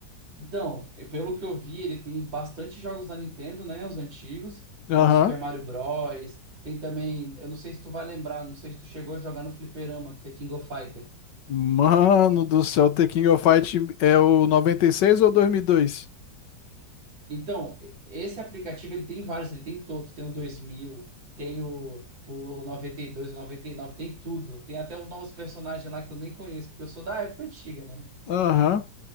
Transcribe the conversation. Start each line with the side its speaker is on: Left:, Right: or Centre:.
Right: Então, e pelo que eu vi, ele tem bastante jogos da Nintendo, né? Os antigos,
Left: Aham.
Right: como Super Mario Bros. Tem também, eu não sei se tu vai lembrar, não sei se tu chegou a jogar no Fliperama, que tem King of Fighters.
Left: Mano do céu, The King of Fight é o 96 ou 2002?
Right: Então, e- esse aplicativo ele tem vários, ele tem todos, tem o 2000, tem o, o 92, o 99, tem tudo. Tem até os novos personagens lá que eu nem conheço, porque eu sou da época antiga, né?
Left: Aham.